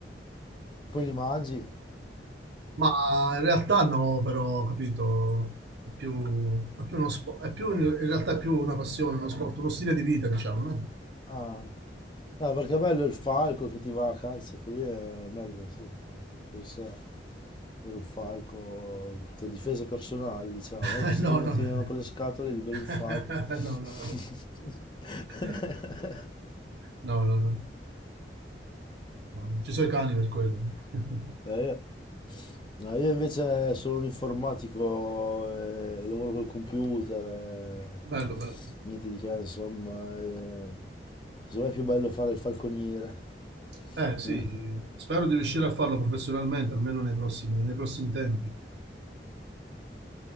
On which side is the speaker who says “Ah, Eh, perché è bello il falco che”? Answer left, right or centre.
Left